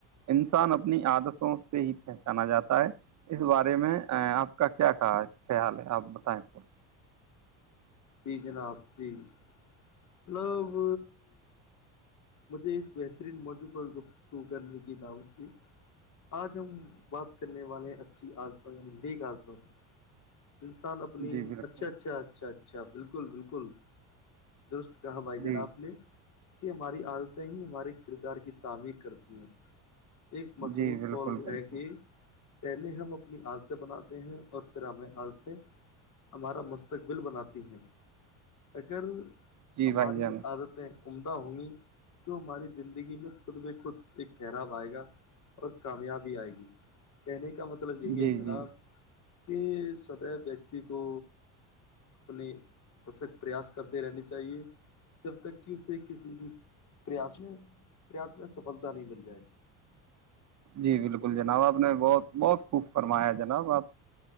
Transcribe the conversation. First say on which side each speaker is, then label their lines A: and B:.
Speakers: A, on the right; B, on the left.
A: انسان اپنی عادتوں سے ہی پہچانا جاتا ہے اس بارے میں آپ کا کیا خیال ہے آپ بتائیں تھ
B: جی جناب جی مطلب مجھے اس بہترین موضوع پر گفتگو کرنے کی دعوت دی آج ہم بات کرنے والے ہیں اچھی عادتوں یعنی نیک عادتوں کی انسان اپنی
A: جی بالکل
B: اچھا اچھا اچھا اچھا اچھا بالکل بالکل درست کہا بھائی
A: جی
B: جن آپ نے <unintelligible> کہ ہماری عادتیں ہی ہمارے کردار کی تعمیر کرتی ہیں ایک مشہور
A: جی بالکل
B: کال
A: بالکل
B: ہے کہ پہلے ہم اپنی عادتیں بناتے ہیں اور پھر ہمیں عادتیں ہمارا مستقبل بناتی ہیں اگر
A: جی
B: ہماری
A: بھائی جان
B: عادتیں عمدہ ہوں گی تو ہماری زندگی میں خود ب خود ایک ٹھہرا آئے گا اور کامیاب بھی آئے گی کہنے کے کا مطلب یہی
A: جی
B: ہے جناب
A: جی
B: کہ سدیو ویکتی کو اپنے بسک پریاس کرتے رہنے چاہیے جب تک کہ اسے کسی بھی پریاس میں پریاس میں سفلتا نہیں مل جائے
A: جی بالکل جناب آپ نے بہت بہت خوب فرمایا جناب آپ